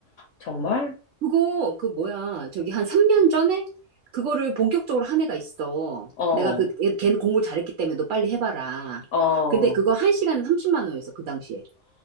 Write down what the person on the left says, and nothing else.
정말?
어,
어,